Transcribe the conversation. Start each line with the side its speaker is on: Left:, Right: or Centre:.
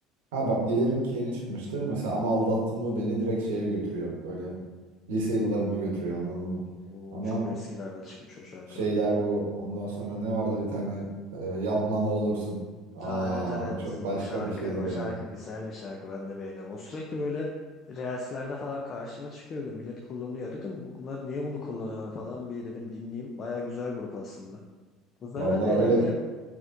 Right: Ha bak Dilerim ki yeni çıkmıştı. Mesela ama aldattın mı beni direkt şeye götürüyor. Böyle lise yıllarıma götürüyor anladın mı?
Left: O
Right: Ama
Left: çok eskilerde çıkmış o şarkı.
Right: şeyler bu. Ondan sonra ne vardı bir tane e, yapma ne olursun. Aa
Left: Aa, evet evet
Right: o çok
Left: o
Right: başka
Left: şarkı
Right: bir şeydir
Left: o
Right: yani.
Left: şarkı güzel bir şarkı ben de beğeniyorum. O sürekli böyle reelslerde falan karşıma çıkıyordu. Millet kullanıyor dedim "Bu- bunlar niye bunu kullanıyor falan bir dedim dinleyeyim. Baya güzel grup aslında. Bu sefer
Right: Vallahi
Left: de herhalde
Right: öyle.